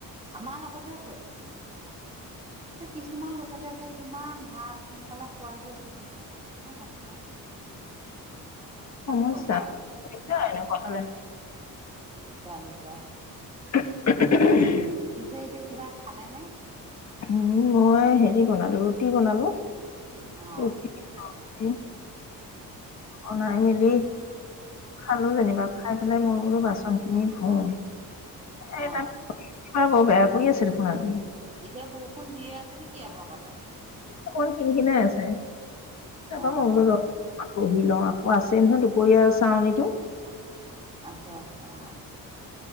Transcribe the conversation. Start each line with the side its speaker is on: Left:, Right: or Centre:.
Right: আমাৰ লগতহে শুৱে। এতিয়া কিছুমান ল'ৰা ছোৱালী আছে কিমান ভাল সোনকালে হোৱাই দিয়ে শুই থাকে। আমাৰ নুশুৱে।
Left: সমস্যা
Right: কি ক'ব আৰু
Left: <unintelligible> এনেকুৱা হলে।
Right: দিগদাৰ-দিগদাৰ।
Left: <unintelligible>
Right: পিছে এতিয়া কিবা খালে নে?
Left: উম মই হেৰি বনালো ৰুটি বনালো।
Right: অ
Left: <inaudible> বনাই মিলি খালো যেনিবা খাই পেলাই মই বোৰ বাচনখিনি ধুওঁ। এ
Right: অ
Left: টাত অহ বয়াকৰি আছে দেখোন আজি।
Right: এতিয়া বৰষুণ দিয়ে আছে নেকি আপোনালোকৰ তাত
Left: অকমান খিনিখিনাই আছে তাপা
Right: অ
Left: ম <unintelligible> অহ
Right: অ
Left: আকৌ আছে নহয় দুপৰীয়া আছে চাওঁযিতো।
Right: আছে- আছে অ।